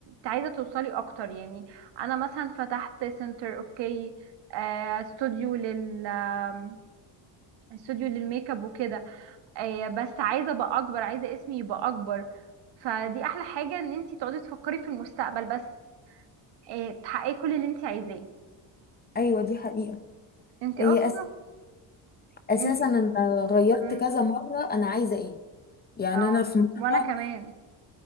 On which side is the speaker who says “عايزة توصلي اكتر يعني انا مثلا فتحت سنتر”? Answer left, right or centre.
Right